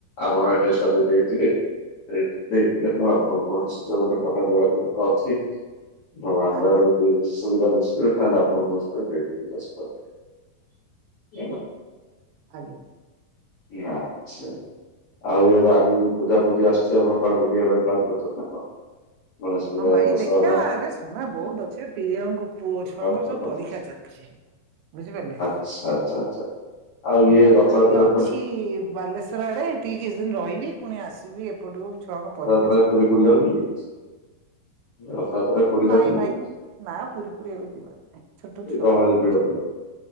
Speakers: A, on the left; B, on the right.
A: ଆପଣଙ୍କ ଆଡ୍ରେସଟା ବି ଦେଇଥିବେ‌। ଦେଇ ଦେଇ <unintelligible> ମୁଁ ଆପଣଙ୍କୁ ନିଶ୍ଚୟ ଗୋଟେ <unintelligible> ଅଛି। <unintelligible>
B: ଆଜ୍ଞା
A: ସୁବିଧା <unintelligible> ତା ହେଲେ ଆଣଙ୍କୁ ବସ୍ତା ଦେଇ ଦେବି କିଛି ଅସୁବିଧା ନାହିଁ। <unintelligible>
B: ଆଜ୍ଞା!
A: <unintelligible> ଆଉ ଏବେ ଆଗକୁ ପୂଜାପୂଜି ଆସୁଛି ଆପଣ କୁଆଡେବୁଲିବା ପାଇଁ ପ୍ଲାନ୍ କରିୁଚନ୍ତି ନା କଣ ଗଣେଶ ପୂଜା
B: ହଁ ଭାଇ
A: ଦଶହରା
B: ଦେଖିବା ଏବେ ସମୟ ବହୁତ୍ ଅଛି ପିଲଅଙ୍କ ପୁଅ ଛୁଆଙ୍କର
A: ର-
B: ସବୁ
A: ରଥ
B: ପରୀକ୍ଷା ଚାଲିଚି। ବୁଝିପାରିଲେ।
A: ଆଛ ଆଚ୍ଛା ଆଚଛା ଆଉ ଇଏ
B: ମୁଁ ଏପଟେ
A: ରଥଯାତ୍ର
B: ଟିକେ ଅଛି ବାଲେଶ୍ୱର ଆଡେ ଟିକେ କିଛି ଦିନ ରହିବି ପୁଣି ଆସିବି ଏପଟକୁ ଛୁଆଙ୍କ ପରି
A: ପଦାରେ ପଡି ପଡି ଯାଉଛନ୍ତି।
B: <inaudible>
A: ରଥଯାତ୍ରାରେ ପୁରୀ
B: ନାଇଁ
A: ଯାଉଛନ୍ତି?
B: ଭାଇ ନା ପୁରୀ ଫୁରୀ ଏବେ ଯିବାର ନାହିଁ ଛୋଟ
A: ଏ
B: ଛୁଆ
A: ଗହଳି
B: ପୁରୀ
A: ଭିଡ ପାଇଁ